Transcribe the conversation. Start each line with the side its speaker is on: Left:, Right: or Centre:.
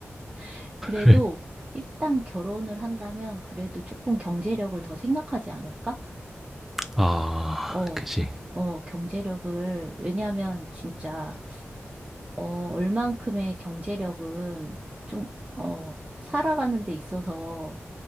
Right: <laughs> 그래도
Centre: 그래
Right: 일단 결혼을 한다면 그래도 조금 경제력을 더 생각하지 않을까?
Centre: 아
Right: 어,
Centre: 그지
Right: 어, 경제력을, 왜냐하면 진짜 어, 얼만큼의 경제력은 좀, 어, 살아가는 데 있어서